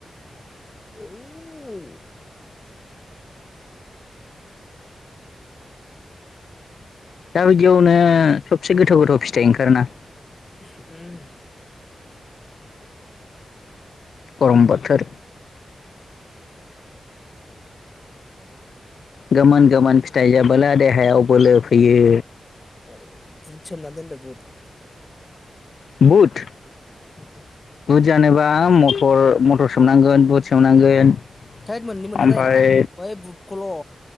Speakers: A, on the left; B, on the left.
A: औ
B: दा बायदियावनो सबसिन गोथाव गोथाव फिथाइ ओंखारो ना?
A: उम
B: गरम बोथोर। गोमोन गोमोन फिथाइ जाबोला देहायाव बोलो फैयो।
A: अइ बुद सोमना दोनदो बुद।
B: बुत?
A: उम
B: बुट जानोबा मटर मटर सोमनांगोन बुट सोमनांगोन।
A: थैद मोननै मोनथाम
B: ओमफ्राय
A: जायो नामा? बै बुटखौल'।